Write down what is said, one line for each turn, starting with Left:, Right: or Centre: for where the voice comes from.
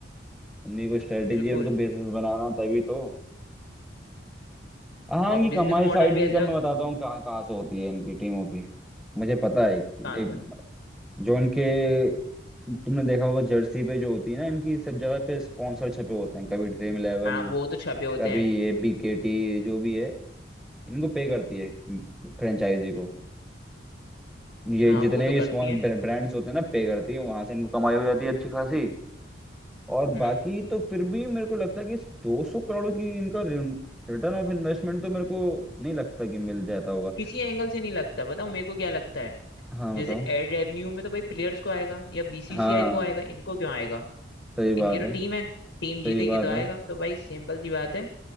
Centre: उन्हीं को स्ट्रेटेजी
Left: बिल्कुल
Centre: उनको बिजनेस बनाना तभी तो हाँ
Left: और
Centre: इनकी कमाई
Left: बिजनेस मॉडल
Centre: साइड
Left: भी
Centre: इनकम
Left: ऐसा है
Centre: मैं बताता हूँ कहाँ कहाँ से होती है इनकी टीमों की मुझे पता है एक, एक
Left: कहाँ से
Centre: जो इनके तुमने देखा होगा जर्सी पे जो होती है ना इनकी सब जगह पे स्पॉन्सर छपे होते हैं कभी ड्रीम इलेवन
Left: हाँ वो तो छपे होते
Centre: कभी
Left: हैं
Centre: ये बीकेटी जो भी है इनको पे करती है फ्रेंचाइजी को ये
Left: हाँ
Centre: जितने
Left: वो तो
Centre: भी
Left: करती
Centre: स्पॉन्सर
Left: है
Centre: ब्रांड्स होते हैं ना पे करती है वहां से इनको कमाई हो जाती है अच्छी खासी और बाकी
Left: हम्म
Centre: तो फिर भी मेरे को लगता है कि दो सौ करोड़ की इनका रिटर्न ऑफ इन्वेस्टमेंट तो मेरे को नहीं लगता कि मिल जाता होगा
Left: किसी एंगल से नहीं लगता बताओ मेरे को क्या लगता है
Centre: हाँ
Left: जैसे
Centre: बताओ
Left: एड रेवेन्यू में तो भाई प्लेयर्स को आएगा या बीसीसीआई
Centre: हाँ
Left: को आएगा इनको क्यों आएगा
Centre: सही
Left: इनकी
Centre: बात
Left: तो
Centre: है
Left: टीम है टीम
Centre: सही
Left: जीतेगी
Centre: बात
Left: तो आएगा
Centre: है
Left: तो भाई सिंपल सी बात है